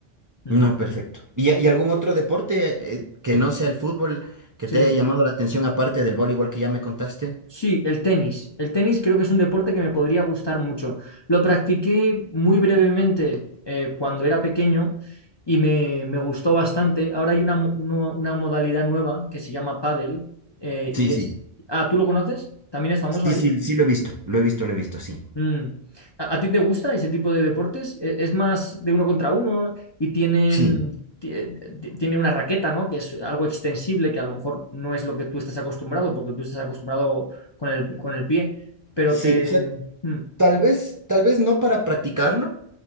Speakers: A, on the left; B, on the right.
A: Mm.
B: No, perfecto. ¿Y, y algún otro deporte eh, que no sea el fútbol que
A: Sí.
B: te haya llamado la atención aparte del voleibol que ya me contaste?
A: Sí, el tenis. El tenis creo que es un deporte que me podría gustar mucho. Lo practiqué muy brevemente eh, cuando era pequeño y me, me gustó bastante. Ahora hay una, mo- nu- una modalidad nueva que se llama pádel eh,
B: Sí,
A: y
B: sí.
A: es... Ah, ¿tú lo conoces? ¿También es famoso
B: Sí,
A: ahí?
B: sí, sí lo he visto. Lo he visto, lo he visto, sí.
A: Mm. ¿A, a ti te gusta ese tipo de deportes? E- ¿Es, más de uno contra uno y tienen,
B: Sí,
A: ti- ti- tiene una raqueta, ¿no? Que es algo extensible, que a lo mejor no es lo que tú estás acostumbrado, porque tú estás acostumbrado con el, con el pie, pero
B: sí.
A: te...
B: O sea,
A: Mm.
B: tal vez, tal vez no para practicarlo,